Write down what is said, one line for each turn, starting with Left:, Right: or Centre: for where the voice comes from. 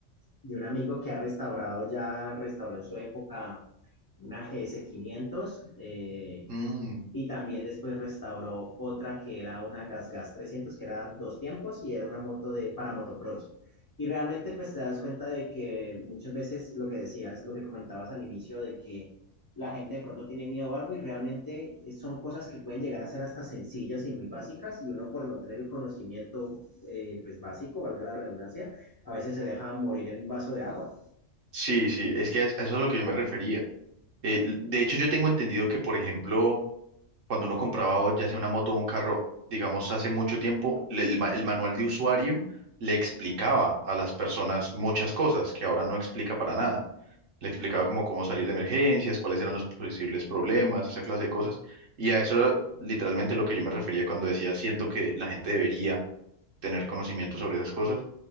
Left: de un amigo que ha restaurado, ya restauró en su época una gs quinientos eh,
Right: mm.
Left: y también después restauró otra que era una Gas Gas 300, que era dos tiempos y era una moto de, para motocross. Y realmente pues te das cuenta de que muchas veces lo que decías, lo que comentabas al inicio, de que la gente de pronto tiene miedo a algo y realmente eh, son cosas que pueden llegar a ser hasta sencillas y muy básicas y uno por no tener el conocimiento eh, pues básico, valga la redundancia, a veces se deja morir en un vaso de agua.
Right: Sí, sí, es que a eso es a lo que yo me refería. Eh, l- de hecho, yo tengo entendido que, por ejemplo, cuando uno compraba o ya sea una moto o un carro, digamos, hace mucho tiempo, le- el, ma- el manual de usuario le explicaba a las personas muchas cosas que ahora no explica para nada. Le explicaba como cómo salir de emergencias, cuáles eran los posibles problemas, esa clase de cosas. Y a eso era literalmente lo que yo me refería cuando decía, siento que la gente debería tener conocimiento sobre esas cosas